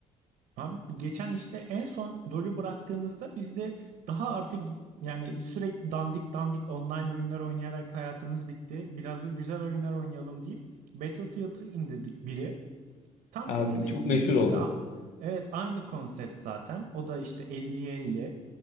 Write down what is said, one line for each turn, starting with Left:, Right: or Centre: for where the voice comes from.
Right: Abi geçen işte en son LoL'ü bıraktığımızda biz de daha artık yani sürekli dandik dandik online oyunlar oynayarak hayatımız bitti. Biraz da güzel oyunlar oynayalım deyip Battlefield'ı indirdik biri. Tam
Left: Abi
Right: senin dediğin
Left: çok meşhur
Right: gibi işte
Left: oldu.
Right: a- evet aynı konsept zaten. O da işte elli 50